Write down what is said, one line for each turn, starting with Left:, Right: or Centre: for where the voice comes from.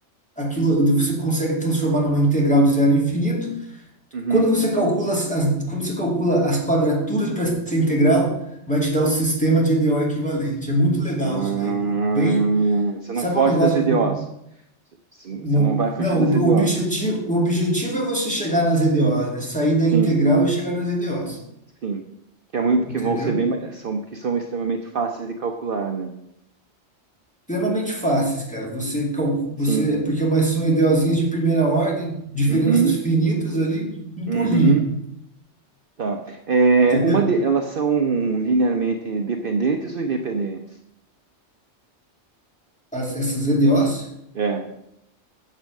Centre: aquilo, daí você consegue transformar numa integral de zero a infinito,
Right: Uhum.
Centre: Quando você calcula as, as- quando você calcula as quadraturas para essa integral, vai te dar o sistema de EDO equivalente. É muito legal
Right: Ah,
Centre: isso daí, cara. Bem,
Right: você
Centre: sabe
Right: não foge
Centre: um negócio,
Right: das EDOs.
Centre: um-
Right: Você
Centre: um-
Right: você não vai fugir
Centre: não,
Right: das
Centre: o o
Right: EDOs.
Centre: objetivo, o objetivo é você chegar nas EDOs, né? Sair da
Right: Sim,
Centre: integral e chegar nas EDOs,
Right: sim, Que, é muito, que
Centre: entendeu?
Right: vão ser bem, ma- são, que são extremamente fáceis de calcular, né?
Centre: Extremamente fáceis, cara. Você calcula, você,
Right: sim.
Centre: porque é mas são EDOzinhas de primeira ordem, diferenças
Right: Uhum.
Centre: finitas ali, um
Right: Uhum,
Centre: pulinho,
Right: tá. É,
Centre: entendeu?
Right: uma de, elas são linearmente dependentes ou independentes?
Centre: As- essas EDOs,
Right: É,